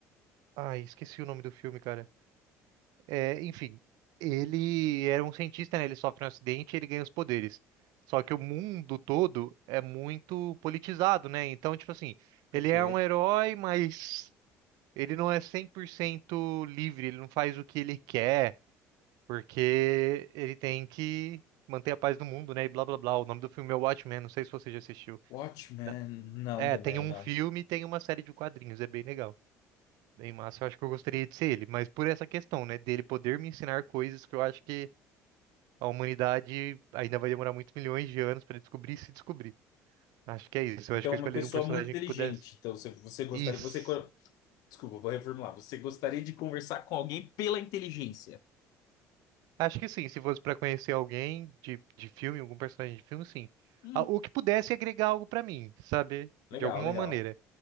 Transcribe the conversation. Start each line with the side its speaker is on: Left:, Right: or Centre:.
Right: Ai, esqueci o nome do filme, cara. É, enfim, ele era um cientista, né? Ele sofre um acidente e ele ganha os poderes. Só que o mundo todo é muito politizado, né? Então, tipo assim, ele
Left: Ok.
Right: é um herói, mas ele não é 100% livre, ele não faz o que ele quer, porque ele tem que manter a paz do mundo, né? E blá blá blá. O nome do filme é Watchmen, não sei se você já assistiu.
Left: Watchmen?
Right: Né?
Left: Não,
Right: É,
Left: também
Right: tem um
Left: não.
Right: filme e tem uma série de quadrinhos, é bem legal. Bem massa, eu acho que eu gostaria de ser ele, mas por essa questão, né, dele poder me ensinar coisas que eu acho que a humanidade ainda vai demorar muitos milhões de anos para descobrir e se descobrir. Acho que é isso.
Left: Então,
Right: Eu acho que
Left: é
Right: eu
Left: uma
Right: escolheria
Left: pessoa
Right: um personagem
Left: muito inteligente.
Right: que pudesse.
Left: Então, você, você gostaria.
Right: Isso.
Left: Você, co- desculpa, vou reformular. Você gostaria de conversar com alguém pela inteligência?
Right: Acho que sim, se fosse para conhecer alguém de, de filme, algum personagem de filme, sim.
Left: Hum,
Right: Ah, O que pudesse agregar algo para mim, sabe?
Left: legal,
Right: De alguma
Left: legal.
Right: maneira.